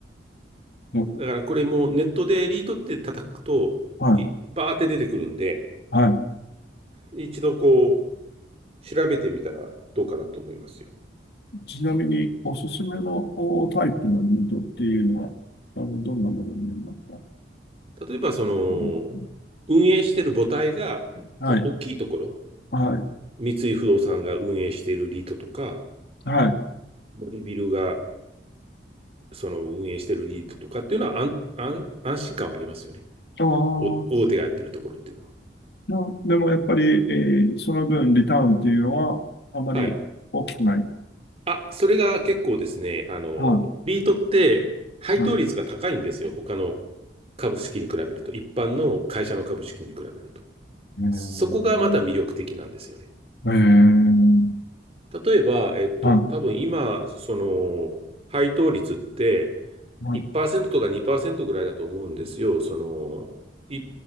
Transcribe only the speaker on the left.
うん、
はい、
はい。
ちなみに、おすすめのおタイプのニートっていうのは、あの、どんなものになりますか
うん。
はい、はい、
はい。
あー
まあ、でもやっぱり、えーその分、リターンっていうのは、あまり大きくない。
は
い、はい。
えー、
えー、
は
い、はい。